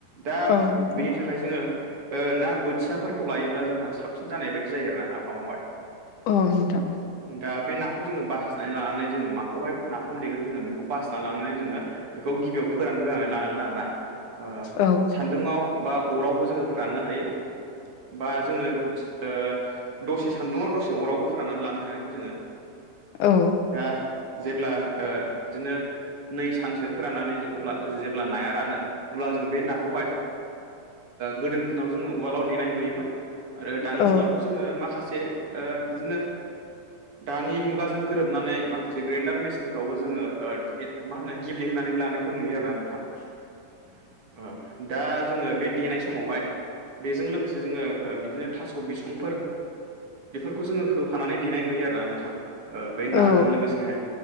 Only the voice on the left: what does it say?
औ नोंथां
औ नोंथां
औ नोंथां औ
औ
औ नोंथां औ
औ